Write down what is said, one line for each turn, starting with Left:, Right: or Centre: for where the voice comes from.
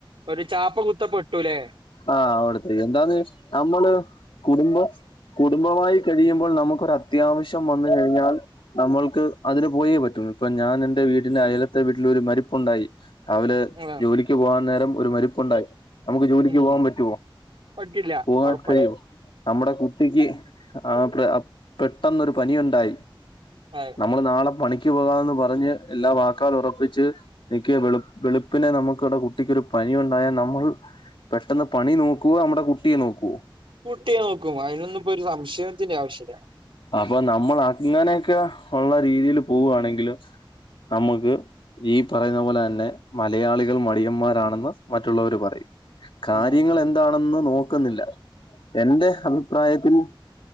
Right: ഒരു ചാപ്പം കുത്തപ്പെട്ടുലേ.
Left: ആഹ് അവിടുത്തെ എന്താത്. നമ്മള് കുടുംബം കുടുംബമായി. കഴിയുമ്പോൾ നമുക്കൊര അത്യാവശ്യം വന്നു കഴിഞ്ഞാൽ. നമ്മൾക്ക് അതിന് പോയേ പറ്റുള്ളൂ. ഇപ്പൊ ഞാൻ എൻറെ വീടിന്റെ അയലത്തെ വീട്ടില ഒരു മരിപ്പുണ്ടായി. അവല്
Right: അതെ
Left: ജോലിക്ക് പോവാൻ നേരം ഒരു മരിപ്പുണ്ടായി. നമുക്ക് ജോലിക്ക്
Right: ഉം
Left: പോവാൻ പറ്റുവോ.
Right: പറ്റില്ല
Left: പോകാൻ
Right: ഒറപ്പല്ലേ
Left: കഴിയോ? നമ്മുടെ കുട്ടിക്ക് ആഹ് പെടെ പെട്ടെന്നൊരു പനിയുണ്ടായി.
Right: ആഹ്
Left: നമ്മള് നാളെ പണിക്ക് പോകാന്ന് പറഞ്ഞ് എല്ലാ വാക്കാലുറപ്പിച്ച് നിക്ക് വെളുപ് വെളുപ്പിനെ നമ്മക്കിവിടെ കുട്ടിക്കൊരു പനി ഉണ്ടായാൽ നമ്മൾ പെട്ടെന്ന് പണി നോക്കുവോ നമ്മുടെ കുട്ടിയെ നോക്കോ
Right: കുട്ടിയെ നോക്കും അതിനൊന്നും ഇപ്പോ ഒരു സംശയത്തിന്റെ ആവശ്യല്ല
Left: അപ്പൊ നമ്മൾ അങ്ങനെയൊക്കെ ഉള്ള രീതിയില് പോവാണെങ്കില് നമ്മുക്ക് ഈ പറയുന്ന പോലെ തന്നെ മലയാളികൾ മടിയന്മാരാണെന്ന് മറ്റുള്ളവര് പറയും. കാര്യങ്ങളെന്താണെന്നു
Right: ഉം
Left: നോക്കുന്നില്ല. എന്റെ അഭിപ്രായത്തിൽ